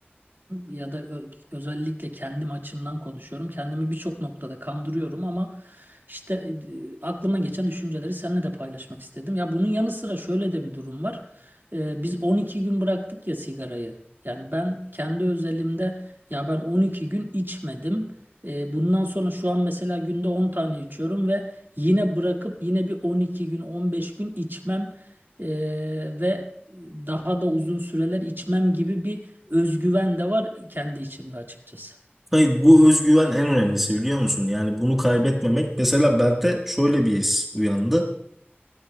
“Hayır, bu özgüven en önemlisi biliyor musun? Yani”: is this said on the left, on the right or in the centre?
Centre